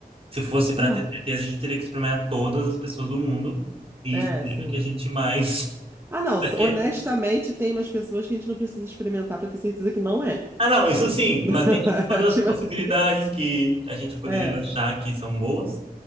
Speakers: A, on the right; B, on the right.
A: Se fosse para
B: Não.
A: ter certeza, a gente teria que experimentar todas as pessoas do mundo e
B: É,
A: escolher
B: sim.
A: a que a gente mais
B: Ah,
A: <laughs>
B: não,
A: porque-
B: honestamente, tem umas pessoas que a gente não precisa experimentar pra ter certeza que não é.
A: Ah, não, isso sim,
B: <laughs>
A: mas a gente todas
B: Tipo
A: as possibilidades
B: assim, tem-
A: que a gente poderia
B: é,
A: achar que são boas.